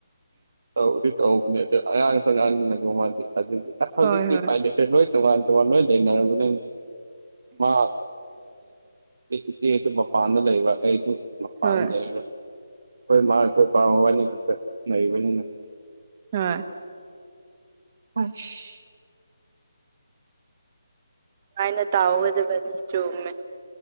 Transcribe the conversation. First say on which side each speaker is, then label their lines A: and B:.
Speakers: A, on the right; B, on the right.
A: ꯇꯧꯗꯤ ꯇꯧꯕꯅꯦ ꯑꯗꯨ ꯑꯉꯥꯡꯁ ꯑꯉꯥꯡꯅꯒ ꯃꯥꯥꯟꯗꯦ ꯑꯗꯨꯗꯤ ꯑꯁ
B: ꯍꯣꯏ
A: ꯍꯧꯖꯤꯛꯇꯤ
B: ꯍꯣꯏ
A: ꯄꯥꯏꯗꯦ ꯂꯣꯏ ꯇꯣꯉꯥꯟ ꯇꯣꯉꯥꯟ ꯂꯣꯏ ꯂꯩꯅꯔꯕꯅꯤꯅ ꯃꯥ ꯏꯆꯦꯁꯨ ꯃꯄꯥꯟꯗ ꯂꯩꯕ꯭ꯔꯥ ꯑꯩꯁꯨ ꯃꯄꯥꯟꯗ
B: ꯍꯣꯏ
A: ꯂꯩꯔꯦ ꯑꯩꯈꯣꯏ ꯃꯥ ꯈꯣꯏꯄꯥ ꯃꯣꯏꯕꯅꯤ ꯈꯛꯇ ꯂꯩꯕꯅꯤꯅ
B: ꯍꯣꯢ
A: ꯍꯣꯏ <unintelligible>
B: ꯑꯥꯏꯅ ꯇꯥꯎꯒꯗꯕꯅꯤ ꯆꯨꯝꯃꯦ